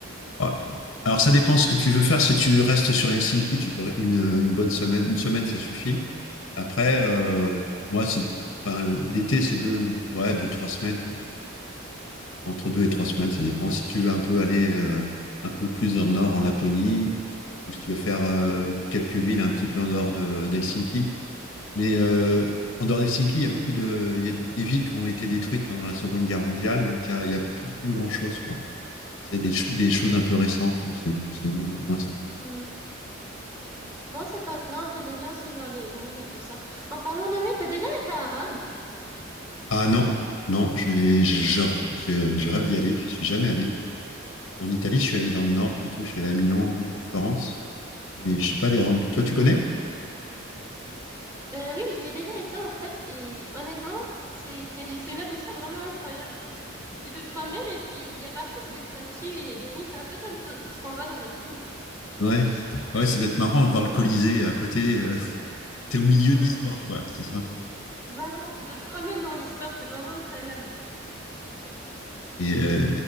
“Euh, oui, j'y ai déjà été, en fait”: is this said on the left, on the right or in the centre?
Right